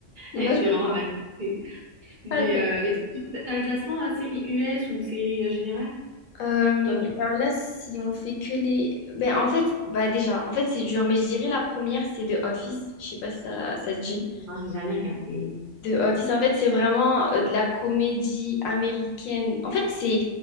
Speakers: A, on the left (about 85°); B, on the right (about 40°).
A: Sinon,
B: Eh, j'étais
A: je vais
B: vraiment
A: te marre
B: matrixée. Mais,
A: pas. de-
B: euh, mais toi, du coup, t'as t'as un classement, euh, série US ou série euh, générale?
A: Euh,
B: Top trois
A: alors là, si on fait que les. Ben, en fait, bah déjà, en fait, c'est dur, mais je dirais la première, c'est The Office. Je sais pas si ça, ça te dit.
B: Non, j'ai jamais regardé.
A: The Office, en fait, c'est vraiment euh, de la comédie américaine. En fait, c'est,